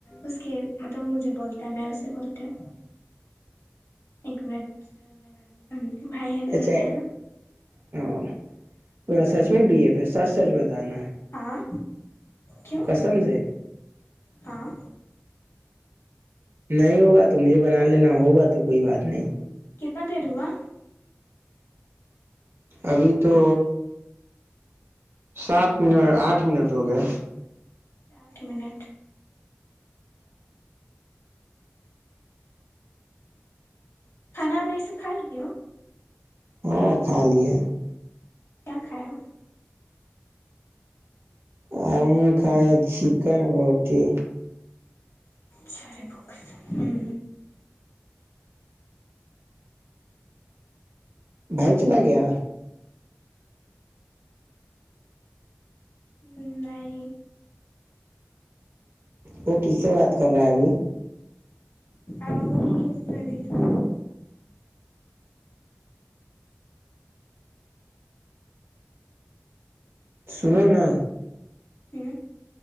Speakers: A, on the left; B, on the right.
A: اس کے مطلب مجھے بولتا ہے میں اسے بولتی ہوں ایک منٹ کہ بھائی آنے
B: اچھا
A: والا ہے نا
B: ہاں تھوڑا ساچ نہیں بی ایف ہے سچ سچ بتانا ہے
A: ہاں کیوں
B: قسم سے
A: ہاں
B: نہیں ہوگا تو مجھے بنا لینا ہوگا تو کوئی بات نہیں
A: کتنا دیر ہوا
B: ابھی تو سات منٹ آٹھ منٹ ہو گیا
A: آٹھ منٹ کھانا وناا یہ سب کھا لے
B: ہاں کھا لیے
A: کیا کھایا
B: ہم کائے چکن روٹی
A: چے بک ہوں
B: بھائی چل گیا
A: ہ نہیں
B: وہ کس سے بات کر رہا ہے ابھی
A: ا یہ س تو
B: سنو نا
A: ہ